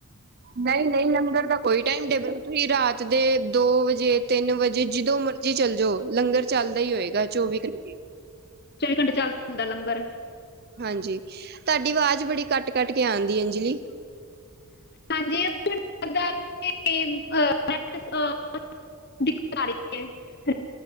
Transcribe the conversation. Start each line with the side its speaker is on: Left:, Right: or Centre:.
Right: ਨਹੀਂ ਨਹੀਂ ਲੰਗਰ ਦਾ ਕੋਈ ਟਾਈਮ ਟੇਬਲ ਤੁਹੀਂ ਰਾਤ ਦੇ ਦੋ ਵਜੇ ਤਿੰਨ ਵਜੇ, ਜਦੋ ਮਰਜ਼ੀ ਚੱਲ ਜਾਓ ਲੰਗਰ ਚੱਲਦਾ ਹੀ ਹੋਏਗਾ ਚੌਵੀ ਘੰ
Left: ਚੌਵੀ ਘੰਟੇ ਚੱਲਦਾ ਹੁੰਦਾ <unintelligible> ਲੰਗਰ
Right: ਹਾਂਜੀ! ਤਾਡੀ ਵਾਜ਼ ਬੜੀ ਕੱਟ ਕੱਟ ਕੇ ਆਂਦੀ ਐ ਜੀ
Left: ਹਾਂਜੀ! <unintelligible> ਦਿੱਕਤ ਆ ਰਹੀ ਹੈ ਫਿਰ। <unintelligible>